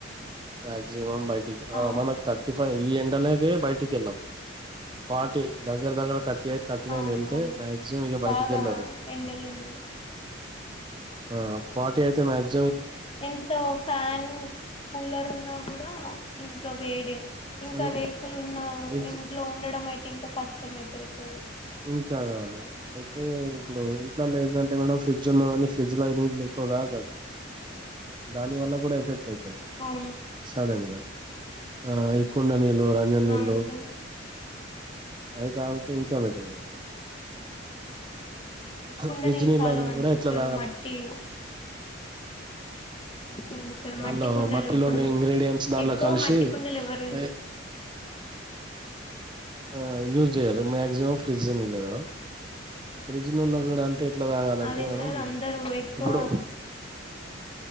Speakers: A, on the right (about 25°); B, on the left (about 30°).
A: మాక్సి మం మాక్సి మం బయటికి ఆ
B: అవును సార్
A: థర్టీ ఫైవ్ ఈ ఎండలే బయటికి వెల్లం ఫార్టీ దగ్గర దగ్గర థర్టీ ఎయిట్ థర్టీ నైన్
B: అవును
A: వెళ్తే
B: అవును
A: మాక్సిమం ఇక బయటికి
B: బాగా
A: వెళ్ళరు
B: ఎండలు ఉన్నాయి
A: ఆ ఫార్టీ అయితే మ్యాక్స్
B: ఎంత ఫ్యాన్ కూలర్ ఉన్నా కూడా ఇంట్లో వేడి ఇంకా
A: అయి
B: రేకులు ఉన్న
A: ఫ్రిడ్జ్
B: ఇంట్లో ఉండడం అయితే ఇంకా కష్టం అయితది సార్
A: ఇంకా అయితే ఇప్పుడు ఇంట్లలో ఏంటంటే మేడం ఫ్రిడ్జ్ ఉన్నదని ఫ్రిడ్జ్ లో నీ ఎక్కువ తాగద్దు దానివల్ల కూడా ఎఫెక్ట్ అయితది
B: అవును
A: సడెన్గా ఆ ఇ కుండ నీళ్ళు రంజ నీళ్ళు
B: అవును సార్
A: అయితాగుతే ఇంకా బెటర్ మేడం
B: కుండ
A: ఫ్రిడ్జ్
B: నీళ్ళు
A: నీళ్ళయినా
B: చాలా మంచి
A: కూడా ఎట్లా
B: సారు
A: తాగాలి
B: మట్టి అవును సార్
A: దానిలో
B: మట్టి కుండలు
A: మట్టిలో
B: ఇప్పుడు
A: ఉండే ఇంగ్రీడియంట్స్ దాంట్లో
B: ఎక్కువ
A: కలిసి
B: మట్టి కుండలు ఎవరు
A: ఎ ఆ యూజ్ చేయారు మాక్సిమం ఫ్రిడ్జ్ నీళ్ళే మేడం ఫ్రిడ్జ్ నీళ్లుకూడా అంటే ఎట్లా తాగాలంటే
B: అదే
A: మేడం
B: సార్ అందరు ఎక్కువ
A: ఇప్పుడు